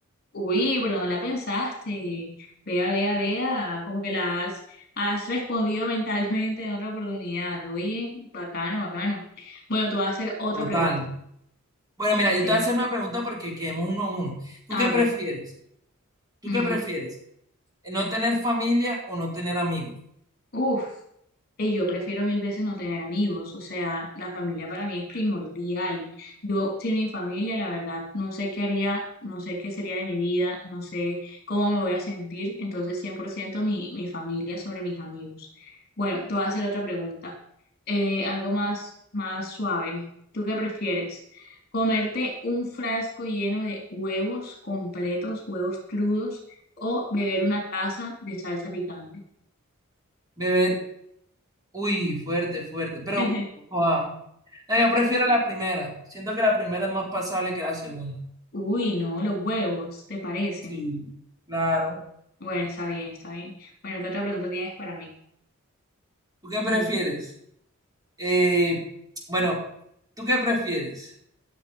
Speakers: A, on the left (about 45°); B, on the right (about 15°).
A: Uy, pero no la pensaste. Vea, vea, vea, como que la has, has respondido mentalmente en otra oportunidad. Oye, bacano, bacano. Bueno, te voy a hacer otra
B: Total.
A: pregunta.
B: Bueno, mira,
A: Ok.
B: yo te voy a hacer una pregunta porque quedemos uno a uno. ¿Tú
A: Ah,
B: qué
A: ok.
B: prefieres? ¿Tú
A: Ujú.
B: qué prefieres? ¿No tener familia o no tener amigos?
A: Uf, Y yo prefiero mil veces no tener amigos, o sea, la familia para mí es primordial. Yo sin mi familia, la verdad, no sé qué haría, no sé qué sería de mi vida, no sé cómo me voy a sentir, entonces 100% mi, mi familia sobre mis amigos. Bueno, te voy a hacer otra pregunta, eh, algo más, más suave. ¿Tú qué prefieres? ¿Comerte un frasco lleno de huevos completos, huevos crudos, o beber una taza de salsa picante?
B: Beber, uy, fuerte, fuerte, pero...
A: <laughs>
B: wow. No, yo prefiero la primera. Siento que la primera es más pasable que la segunda.
A: Uy, no, los huevos, ¿te parece?
B: Sí, claro.
A: Bueno, está bien, está bien. Bueno, ¿qué otra pregunta tienes para mí?
B: ¿Tú qué prefieres?
A: Mm.
B: Eh, bueno, ¿tú qué prefieres?